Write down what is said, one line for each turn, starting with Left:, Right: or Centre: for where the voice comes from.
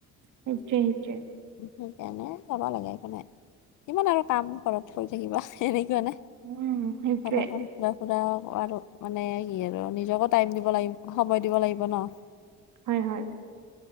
Right: সেটোৱে - সেটোৱে।
Left: <unintelligible> যাব লাগে একো নাই কিমান আৰু কাম ঘৰত কৰি থাকিবা এনেই যোৱা নে
Right: উম সেইটোৱে
Left: অলপমান ফুৰা- ফুৰা আৰু মানে কি আৰু আৰু নিজকো টাইম দিব লাগিব সময় দিব লাগিব ন'।
Right: হয় হয়